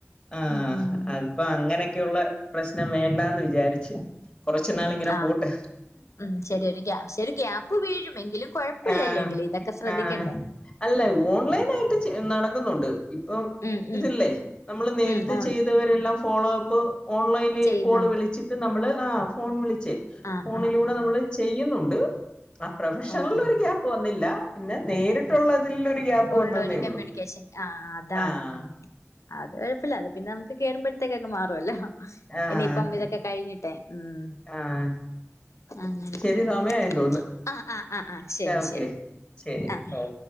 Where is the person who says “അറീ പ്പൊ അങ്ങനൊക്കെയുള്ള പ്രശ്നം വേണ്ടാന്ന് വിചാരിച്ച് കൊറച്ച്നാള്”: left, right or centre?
Left